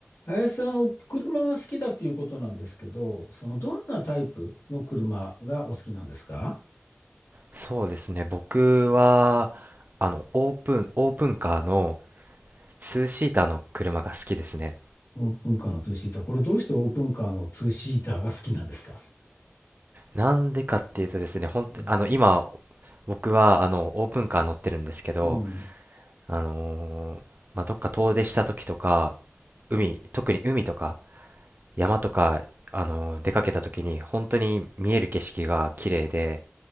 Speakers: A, on the left; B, on the right.
A: 林さん、お車が好きだっていうことなんですけど、そのどんなタイプの車がお好きなんですか
B: そうですね。僕は、あの、オープン、オープンカーのツーシーターの車が好きですね。
A: オープンカーのツーシーター。これどうしてオープンカーのツーシーターが好きなんですか
B: なんでかっていうとですね、本当あの、
A: ね
B: 今、僕は、あの、オープンカー乗ってるんですけど、
A: うん。
B: あのーまあ、どっか遠出した時とか、海、特に海とか、山とか、あのー出かけた時に、本当に見える景色が綺麗で、